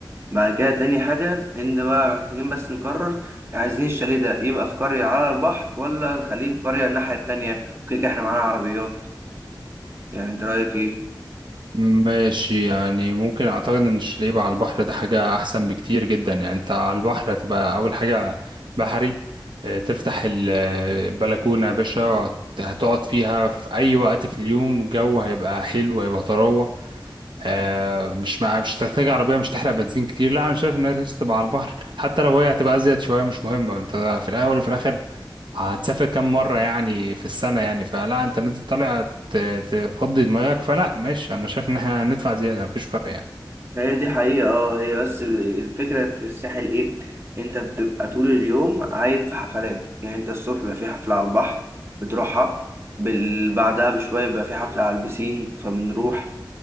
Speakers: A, on the right (about 30°); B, on the right (about 70°).
A: بعد كده تاني حاجة إن بقى محتاجين بس نقرر عايزين الشاليه ده يبقى في قرية على البحر ولا نخليه في قرية الناحية التانية كده كده إحنا معانا عربيات يعني أنت رأيك إيه؟
B: ماشي يعني ممكن اعتقد ان الشليب على البحر ده حاجة احسن بكتير جدا يعني انت على البحر هتبقى اول حاجة بحري آه، تفتح ال- آه، البلكونة يا باشا وهت- هتقعد فيها في اي وقت في اليوم الجو هيبقى حلو هيبقى طراوة آه مش مع مش هتحتاج عربية مش تحرق بنزين كتير لا أنا شايف إنها لازم تبقى على البحر حتى لو هي هتبقى أزيد شوية مش مهمة أنت في الأول وفي الآخر هتسافر كام مرة يعني في السنة يعني فلا أنت نازل طالع ت- تفضي دماغك فلا ماشي أنا شايف إن إحنا هندفع زيادة مفيش فرق يعني
A: هي دي حقيقة اه هي بس الفكرة في الساحل إيه؟ أنت بتبقى طول اليوم عايد في حفلات يعني أنت الصبح بيبقى في حفلة على البحر بتروحها بال... بعدها بشوية بيبقى في حفلة على البسين فبنروح